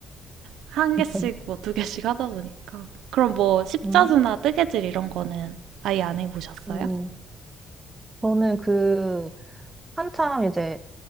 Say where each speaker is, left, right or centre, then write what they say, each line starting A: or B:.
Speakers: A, on the right (about 80°); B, on the right (about 20°).
A: 한 개씩
B: <laughs>
A: 뭐 두 개씩 하다 보니까. 그럼 뭐 십자수나
B: 음,
A: 뜨개질 이런 거는 아예 안 해보셨어요?
B: 음, 저는 그, 한참 이제